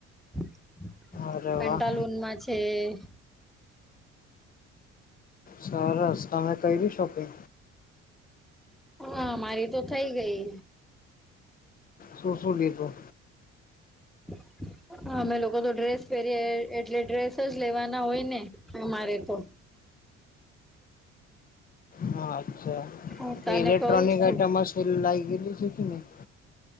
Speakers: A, in the centre; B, on the left.
A: <inaudible>
B: અરે
A: પેન્ટાલુનમાં
B: વાહ
A: છે. <inaudible>
B: સરસ તમે શોપિંગ.
A: હા મારી તો થઇ ગઈ.
B: શું શું લીધુ.
A: <inaudible> અમે લોકો તો ડ્રેસ પહેરીએ એટલે ડ્રેસ જ લેવાના હોય ને અમારે તો.
B: હા અચ્છા
A: હું તને
B: ઇલેક્ટ્રોનિક
A: કહું છું
B: આઈટમ મા સેલ લાગે લી છે કે નહી.